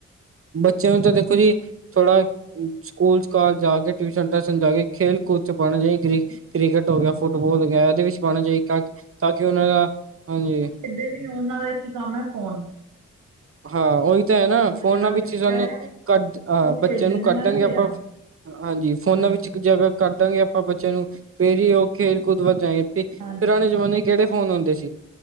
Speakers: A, on the right; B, on the right.
A: ਬੱਚਿਆਂ ਨੂੰ ਤਾਂ ਦੇਖੋ ਜੀ ਥੋੜ੍ਹਾ ਸਕੂਲ-ਸਕਾਲ ਜਾ ਕੇ, ਟਿਊਸ਼ਨ-ਟਾਸ਼ਨ ਜਾ ਕੇ, ਖੇਲ-ਕੂਦ 'ਚ ਪਾਣਾ ਚਾਹੀਦਾ। ਜਿਵੇਂ ਕ੍ਰਿਕਟ ਹੋ ਗਿਆ,
B: ਹਾਂਜੀ
A: ਫੁੱਟਬਾਲ ਹੋ ਗਿਆ, ਇਹਦੇ
B: ਹਾਂਜੀ
A: ਵਿੱਚ ਪਾਣਾ ਜੇ ਤਾਂ ਕਿ ਉਹਨਾਂ ਦਾ, ਹਾਂਜੀ।
B: ਵੱਡੇ ਨੀ ਉਹਨਾਂ ਦਾ ਇੱਕ ਈ ਕੰਮ ਐ ਫ਼ੋਨ।
A: ਹਾਂ ਉਹੀ ਤਾਂ ਹੈ ਨਾ ਫੋਨਾਂ
B: ਦਾ ਜਿਹੜਾ
A: ਵਿੱਚ
B: ਬੱਚਾ
A: ਜਾਣੀ,
B: ਹੈ
A: ਕਦ ਆ
B: ਉਹ
A: ਬੱਚਿਆਂ
B: ਖੇਡਣਾ
A: ਨੂੰ ਕੱਢਾਂਗੇ
B: ਨਹੀਂ
A: ਆਪਾਂ
B: ਪਿਆ
A: ਹਾਂਜੀ ਫੋਨਾਂ
B: ਹਾਂਜੀ
A: ਵਿੱਚ ਜਦ ਕੱਢਾਂਗੇ ਆਪਾਂ ਬੱਚਿਆਂ ਨੂੰ ਫੇਰ ਈ ਉਹ ਖੇਲ ਕੂਦ ਵੱਲ ਜਾ ਤੇ ਪੁਰਾਣੇ
B: ਹਾਂਜੀ ਹਾਂਜੀ
A: ਜਮਾਨੇ ਚ ਕਿਹੜੇ ਫੋਨ ਹੁੰਦੇ ਸੀ।